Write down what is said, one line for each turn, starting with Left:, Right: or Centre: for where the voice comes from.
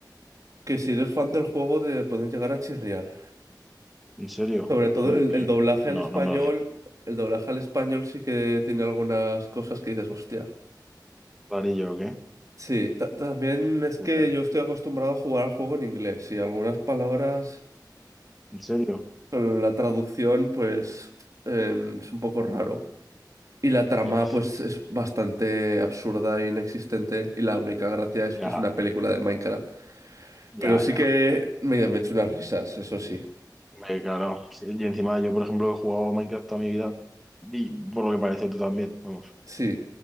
Right: que si eres fan del juego te pueden llegar a chirriar.
Centre: ¿En serio?
Right: Sobre todo
Centre: ¿Cómo
Right: el,
Centre: que?
Right: el doblaje
Centre: No,
Right: al español,
Centre: no me lo digas.
Right: el doblaje al español sí que tiene algunas cosas que dices, hostia.
Centre: ¿Rarillo o qué?
Right: Sí, ta- también es
Centre: Joder.
Right: que yo estoy acostumbrado a jugar al juego en inglés y algunas palabras
Centre: ¿En serio?
Right: con la traducción pues em, es un poco raro. Y la trama,
Centre: Ostras.
Right: pues, es bastante absurda e inexistente. Y la única gracia es
Centre: Ya,
Right: que es una película de Minecraft.
Centre: ya,
Right: Pero sí
Centre: ya.
Right: que me, me he hecho unas risas, eso sí.
Centre: Eh, claro, sí, y encima yo, por ejemplo, he jugado Minecraft toda mi vida y por lo que parece tú también, vamos,
Right: Sí.